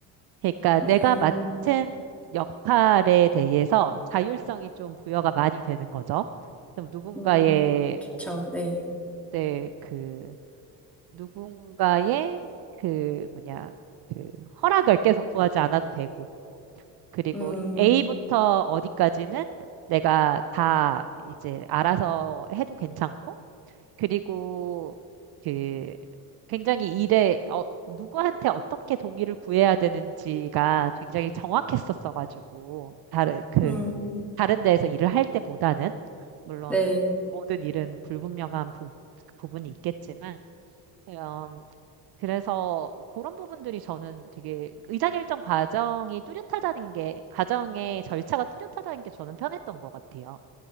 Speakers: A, on the right; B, in the centre.
A: 그러니까
B: 음,
A: 내가 맡은 역할에 대해서 자율성이 좀 부여가 많이 되는 거죠. 좀 누군가의,
B: 음, 좋죠.
A: 뭐,
B: 네.
A: 네, 그, 누군가의 그, 뭐냐, 그, 허락을 계속 구하지 않아도 되고, 그리고
B: 음,
A: A부터 어디까지는 내가 다 이제 알아서 해도 괜찮고, 그리고 그 굉장히 일에 어, 누구한테 어떻게 동의를 구해야 되는지가 굉장히 정확했었어가지고 다른 그
B: 음,
A: 다른 데에서 일을 할 때보다는 물론
B: 네.
A: 모든 일은 불분명한 부, 부분이 있겠지만 음, 그래서 그런 부분들이 저는 되게 의사결정 과정이 뚜렷하다는 게 과정의 절차가 뚜렷하다는 게 저는 편했던 것 같아요.